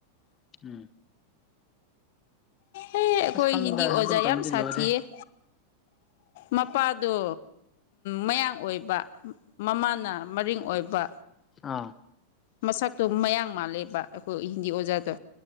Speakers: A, on the left; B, on the left.
A: <unintelligible> <inaudible>
B: ꯑꯦ ꯑꯩꯈꯣꯏ
A: <unintelligible>
B: ꯍꯤꯟꯗꯤ ꯑꯣꯖꯥ ꯌꯥꯝ ꯁꯥꯊꯤꯌꯦ
A: ꯂꯣꯏꯔꯦ
B: ꯃꯄꯥꯗꯣ ꯃꯌꯥꯡ ꯑꯣꯏꯕ ꯃꯃꯥꯅ ꯃꯔꯤꯡ ꯑꯣꯏꯕ
A: ꯑꯥ
B: ꯃꯁꯛꯇꯣ ꯃꯌꯥꯡ ꯃꯥꯜꯂꯦꯕ ꯑꯩꯈꯣꯏ ꯍꯤꯟꯗꯤ ꯑꯣꯖꯥꯗꯣ